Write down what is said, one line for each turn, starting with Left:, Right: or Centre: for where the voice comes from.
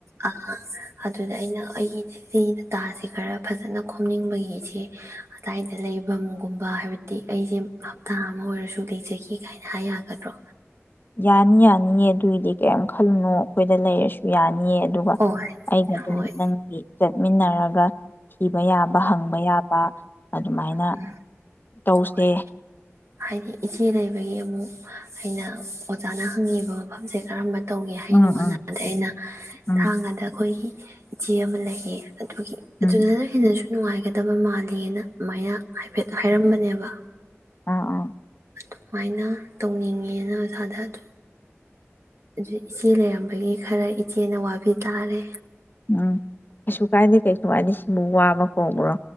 Right: ꯑ ꯑꯗꯨꯗ ꯑꯩꯅ ꯑꯩꯒꯤ ꯂꯤ ꯗꯇꯥꯁꯦ ꯈꯔ ꯐꯖꯅ ꯈꯣꯝꯅꯤꯡꯕꯒꯤꯁꯦ ꯑꯗꯥꯏꯗ ꯂꯩꯐꯝꯒꯨꯝꯕ ꯍꯥꯏꯕꯗꯤ ꯑꯩꯁꯦ ꯍꯞꯇꯥ ꯑꯃ ꯑꯣꯏꯔꯁꯨ ꯂꯩꯖꯈꯤ ꯀꯥꯏꯅ ꯍꯥꯏ ꯌꯥꯒꯗ꯭ꯔꯣ
Left: ꯌꯥꯅꯤ ꯌꯥꯅꯤꯌꯦ ꯑꯗꯨꯏꯗꯤ ꯀꯔꯤꯝ ꯈꯜꯂꯨꯅꯣ ꯑꯩꯈꯣꯏꯗ ꯂꯩꯔꯁꯨ ꯌꯥꯅꯤꯌꯦ ꯑꯗꯨꯒ
Right: ꯍꯣꯏ
Left: ꯑꯩꯒ ꯑꯗꯨꯝ
Right: ꯍꯣꯏ
Left: ꯅꯪꯒꯤ ꯆꯠꯃꯤꯟꯅꯔ ꯒ ꯊꯤꯕ ꯌꯥꯕ ꯍꯪꯕ ꯌꯥꯕ ꯑꯗꯨꯃꯥꯏꯅ
Right: ꯎꯝ
Left: ꯇꯧꯁꯦ
Right: ꯍꯣꯏ ꯍꯥꯏꯗꯤ ꯏꯆꯦ ꯂꯩꯕꯒꯤ ꯑꯃꯨꯛ ꯑꯩꯅ ꯑꯣꯖꯥꯅ ꯍꯪꯉꯕ ꯃꯐꯝꯁꯦ ꯀꯔꯝꯕ ꯇꯧꯒꯦ ꯍꯥꯏꯩꯅꯅꯨꯡꯅꯥꯗ
Left: ꯎꯝ ꯎꯝ
Right: ꯑꯩꯅ
Left: ꯎꯝ
Right: ꯊꯥꯡꯒꯗ ꯑꯩꯈꯣꯏꯒꯤ ꯟ ꯂꯩ ꯑꯗꯨꯒꯤ ꯑꯗꯨꯅꯅ
Left: ꯎꯝ
Right: ꯍꯦꯟꯅꯁꯨ ꯅꯨꯡꯉꯥꯏꯒꯗꯕ ꯃꯥꯂꯦꯅ ꯑꯗꯨꯃꯥꯏꯅ ꯍꯥꯏꯐꯦꯠꯇ ꯍꯥꯏꯔꯝꯕꯅꯦꯕ
Left: ꯑ ꯑꯥ
Right: ꯑꯗꯨꯃꯥꯏꯅ ꯇꯧꯅꯤꯡꯉꯦꯅ ꯑꯣꯖꯥꯗ ꯑꯗꯨ ꯑꯗꯨ ꯏꯆꯦ ꯂꯩꯔꯝꯕꯒꯤ ꯈꯔ ꯏꯆꯦꯅ ꯋꯥꯕꯤ ꯇꯥꯔꯦ
Left: ꯎ ꯀꯩꯁꯨ ꯀꯥꯏꯗꯦ ꯀꯩꯁꯨ ꯀꯥꯏꯗꯦ ꯁꯤꯕꯨ ꯋꯥꯕ ꯀꯧꯕ꯭ꯔꯣ